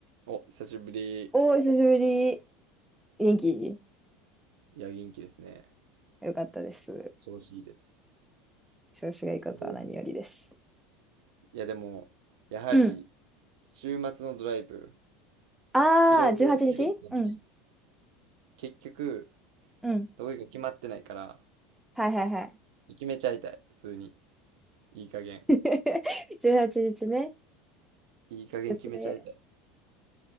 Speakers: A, on the right (about 60°); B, in the centre.
A: お、久しぶり。
B: おー、久しぶり。元気
A: いや、元気ですね。
B: よかったです。
A: 調子いいです。
B: 調子がいいことは何よりです。
A: いや、でも、やはり、
B: うん。
A: 週末のドライブ、
B: ああ、
A: いろいろ喋ったのに、
B: 18日うはちにちうん。
A: 結局、
B: うん。
A: どこ行くか決まってないから、
B: はいはいはい。
A: 決めちゃいたい。普通に。いい加減。
B: <laughs> 18日ね。
A: いい加減決めちゃいたい。
B: 予定